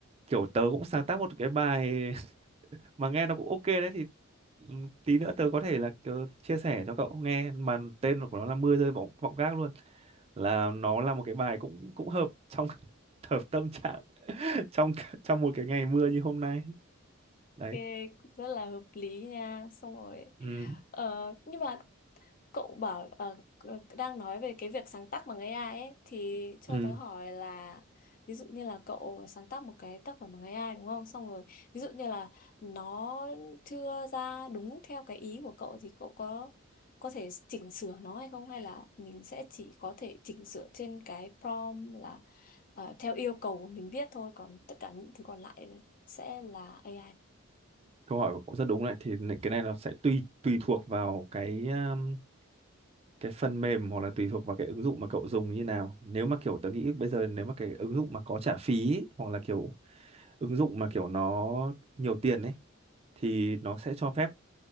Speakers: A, on the right; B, on the left.
A: kiểu tớ cũng sáng tác một cái bài <laughs> mà nghe nó cũng ok đấy thì ừ, tí nữa tớ có thể là ờ, chia sẻ cho cậu nghe mà tên của nó là mưa rơi vọng vọng gác luôn là nó là một cái bài cũng cũng hợp trong <laughs> hợp tâm trạng <laughs> trong trong một cái ngày mưa như hôm nay đấy
B: ok cũng rất là hợp lý nha xong rồi
A: ừ,
B: ờ, nhưng mà cậu bảo ờ, đang nói về cái việc sáng tác bằng AI ấy thì cho
A: ừ.
B: tớ hỏi là ví dụ như là cậu sáng tác một cái tác phẩm bằng AI đúng không xong rồi ví dụ như là nó chưa ra đúng theo cái ý của cậu thì cậu có có thể chỉnh sửa nó hay không hay là mình sẽ chỉ có thể chỉnh sửa trên cái prompt là ờ, theo yêu cầu của mình viết thôi còn tất cả những thứ còn lại sẽ là AI
A: câu hỏi của cậu rất đúng đấy thì n- cái này nó sẽ tùy tùy thuộc vào cái um, cái phần mềm hoặc là tùy thuộc vào cái ứng dụng mà cậu dùng như nào nếu mà kiểu tớ nghĩ bây giờ nếu mà cái ứng dụng mà có trả phí ấy, hoặc là kiểu ứng dụng mà kiểu nó nhiều tiền ấy thì nó sẽ cho phép